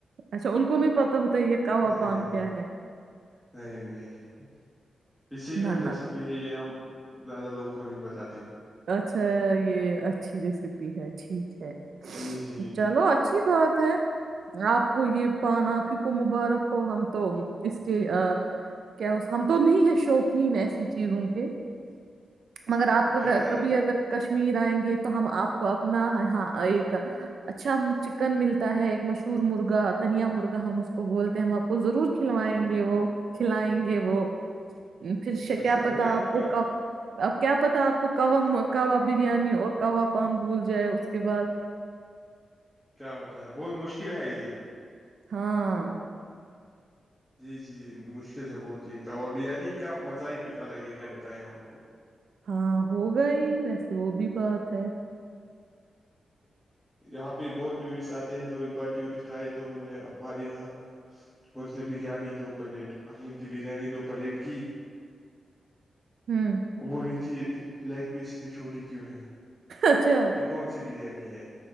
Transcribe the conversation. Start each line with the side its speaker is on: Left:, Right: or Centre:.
Right: اچھا ان کو نہیں پتا ہوتا یہ کوا
Centre: نہیں
Right: پان
Centre: نہیں
Right: کیا ہے
Centre: نہیں نہیں نہیں یہ سیکریٹ
Right: نہ
Centre: ریسیپی
Right: نہ
Centre: ہے یہ ہم زیادہ لوگوں کو نہیں بتاتے
Right: اچھا یہ اچھی ریسیپی ہے ٹھیک ہے
Centre: جی جی
Right: چلو اچھی بات آپ کو یہ پان آپ ہی کو مبارک ہو ہم تو اس کے کیا ہم تو نہیں ہے شوقین ایسی چیزوں کے مگر آپ کا
Centre: کر
Right: اگر کشمیر ائیں گے تو ہم اپ کو اپنا ہاں ایک اچھا چکن ملتا ہے ایک مشہور مرغا دھنیا مرغا ہم اس کو بولتے ہیں ہم اپ کو ضرور کھلوائیں گے وہ کھلائیں گے وہ پھر
Centre: اچھا
Right: کیا پتا
Centre: دھنیا
Right: آپ
Centre: مرغا
Right: کو کب اب کیا پتا آپ کو اب ہم مکہ ہوا بریانی اور کاوان بھول جائے اس کے بعد
Centre: کیا بتا ہے بہت مشکل ہے یہ
Right: ہاں
Centre: جی جی مشکل ہے بہت ہی وہ بریانی کا مزہ ہی کچھ الگ ہے کیا بتائیں ہم آپ کو
Right: ہاں ہوگا ہی ویسے وہ بھی بات ہے
Centre: یہاں پہ بہت ڈیورس اتے ہیں تو ایک بار ڈیوری سٹائل تو ہمیں یہاں پر سے بریانی دھوپ بریانی دو پلیٹ کی
Right: ہوں
Centre: اب رہی تھی لیگ پیس اتنی چھوٹی کیوں ہے
Right: اچھا
Centre: یہ کون سی بریانی ہے